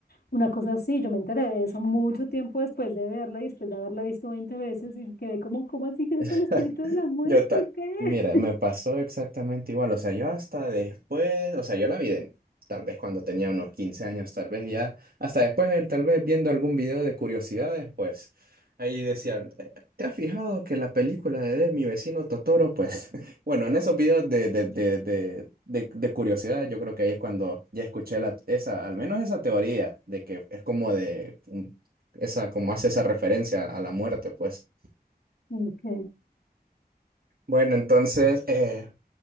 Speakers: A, on the left; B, on the right.
A: una cosa así, yo me enteré de eso mucho tiempo después de verla y después de haberla visto 20 veces y quedé como, ¿cómo así que ese
B: <laughs>
A: es el espíritu de la muerte?
B: Yo ta-
A: ¿Qué?
B: Mira, me pasó exactamente igual. O sea, yo hasta después, o sea, yo la vi de- tal vez cuando tenía unos 15 años, tal vez ya, hasta después, eh, tal vez viendo algún video de curiosidades, pues ahí decían, "Eh, ¿te has fijado que la película de de Mi vecino Totoro? Pues <laughs> bueno, en esos videos de, de, de, de, de, de curiosidades, yo creo que ahí es cuando ya escuché la, esa, al menos esa teoría de que es como de, un- esa, como hace esa referencia a la muerte, pues.
A: Ok.
B: Bueno, entonces... eh,